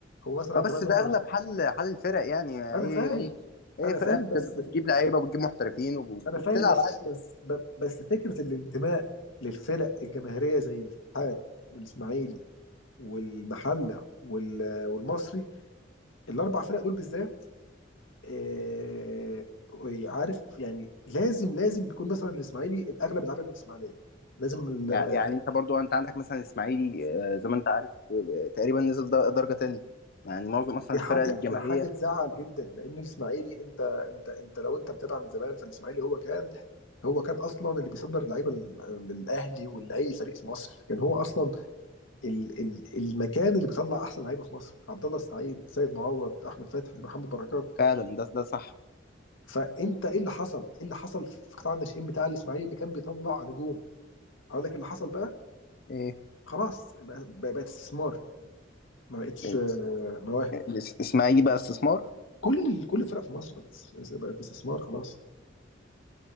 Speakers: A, on the left; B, on the left.
A: هو مثلا
B: اه بس
A: زمان
B: ده
A: مثلا
B: اغلب حل حل الفرق يعني آه،
A: انا
B: اي
A: فاهم
B: اي اي
A: انا
B: فرقة
A: فاهم
B: بت-
A: بس
B: بتجيب لعيبة وبتجيب محترفين وب-
A: انا
B: وبتلعب
A: فاهم بس
B: عادي
A: بس ب- بس فكره الانتماء للفرق الجماهيريه زي الاتحاد والاسماعيلي والمحله وال... والمصري الاربع فرق دول بالذات آه، عارف يعني لازم لازم بيكون مثلا الاسماعيلي الاغلب يلعبها من الاسماعيليه لازم ال-
B: يع- يعني انت برضو انت عندك مثلا اسماعيلي آه، زي ما انت عارف آه، تقريبا نزل در- درجة تانية يعني معظم اصلا
A: دي
B: الفرق
A: حاجه
B: الجماهيرية
A: دي حاجه تزعل جدا لان الاسماعيلي انت انت انت لو انت متابع من زمان فالاسماعيلي هو كان هو كان اصلا اللي بيصدر اللعيبه لل- للاهلي ولاي فريق في مصر كان هو اصلا ال ال المكان اللي بيطلع احسن لعيبه في مصر عبد الله السعيد سيد معوض احمد فتحي محمد بركات
B: فعلا ده ده صح
A: فانت ايه اللي حصل ايه اللي حصل في قطاع الناشئين بتاع الاسماعيلي اللي كان بيطلع نجوم اقول لك اللي حصل بقى
B: ايه
A: خلاص بقى- بقى- بقت استثمار ما بقتش
B: ال-
A: آه، مواهب
B: الاس- اسماعيلي بقى استثمار
A: كل كل الفرق في مصر بقت است- بقت استثمار خلاص